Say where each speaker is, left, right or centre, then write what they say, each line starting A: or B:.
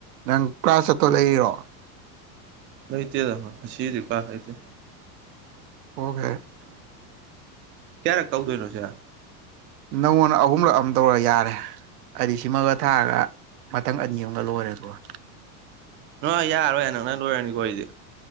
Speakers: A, on the right (about 85°); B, on the right (about 30°).
A: ꯅꯪ ꯀ꯭ꯂꯥꯁ ꯆꯠꯇꯧ ꯂꯩꯔꯤꯔꯣ
B: ꯂꯩꯇꯦꯗ ꯉꯁꯤꯗꯤ ꯀ꯭ꯂꯥꯁ ꯂꯩꯇꯦ
A: ꯑꯣꯀꯦ
B: ꯀꯌꯔꯛ ꯇꯧꯗꯧꯢꯅꯣ ꯁꯤꯗ
A: ꯅꯪꯉꯣꯟꯅ ꯑꯍꯨꯝꯂꯛꯑꯃ ꯇꯧꯔ ꯌꯥꯔꯦ ꯍꯥꯏꯗꯤ ꯁꯤꯃꯒ ꯊꯥꯔꯒ ꯃꯊꯪ ꯑꯅꯤ ꯑꯃꯒ ꯂꯣꯏꯔꯦ ꯑꯗꯨꯒ
B: ꯅꯣꯏ ꯌꯥꯔꯔꯣꯏ ꯍꯟꯗꯛꯅ ꯂꯣꯏꯔꯅꯤ ꯑꯈꯣꯏꯗꯤ